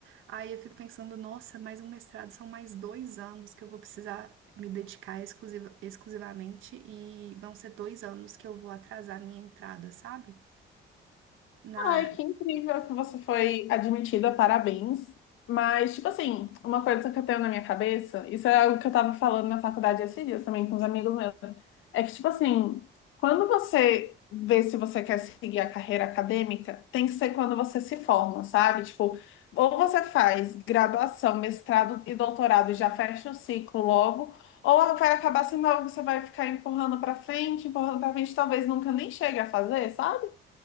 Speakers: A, on the right; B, on the left.
A: Aí eu fico pensando, nossa, mais um mestrado são mais dois anos que eu vou precisar me dedicar exclusiva- exclusivamente e vão ser dois anos que eu vou atrasar a minha entrada, sabe? Na,
B: Ai, que incrível que você foi admitida, parabéns. Mas, tipo assim, uma coisa que eu tenho na minha cabeça, isso é algo que eu tava falando na faculdade esses dias também com os amigos meus, é que, tipo assim, quando você vê se você quer seguir a carreira acadêmica, tem que ser quando você se forma, sabe? Tipo, ou você faz graduação, mestrado e doutorado e já fecha o ciclo logo, ou vai acabar sendo algo que você vai ficar empurrando pra frente, empurrando pra frente, talvez nunca nem chegue a fazer, sabe?